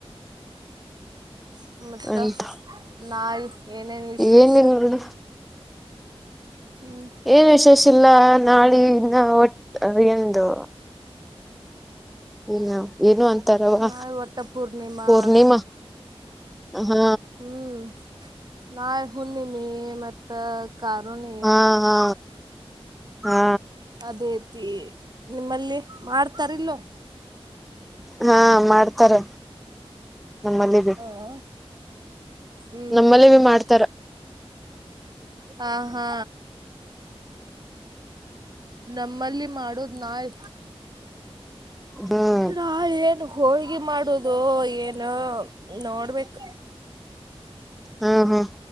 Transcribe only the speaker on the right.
ಹ್ಮ ಮತ್ತ
ನಾಳಿ ಏನೇನು ವಿಶೇಷ
ಹ್ಮ್
ನಾಳೆ ವಟ್ಟ ಪೂರ್ಣಿಮಾ
ಹ್ಮ್ ನಾ ಹುಣ್ಣಿಮೆ ಮತ್ತ ಕಾರಣ
ಅದೇ ನಿಮ್ಮಲ್ಲಿ ಮಾಡ್ತಾರಲ್ಲೋ
ಹ ಹ್ಮ್
ಹ ಹಾ ನಮ್ಮಲ್ಲಿ ಮಾಡೋುದ್ ನಾಯ್
ನಾ ಏನು ಹೋಳ್ಗಿ ಮಾಡುದು ಏನು ನೋಡ್ಬೇಕ